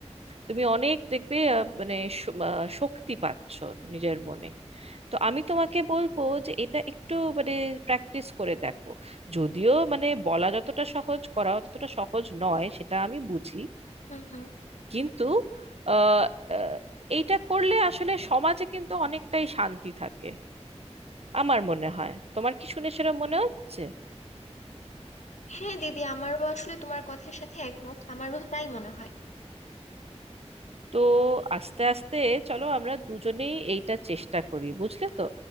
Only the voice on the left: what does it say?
হুম হুম
হ্যাঁ দিদি আমারও আসলে তোমার কথার সাথে একমত আমারও তাই মনে হয়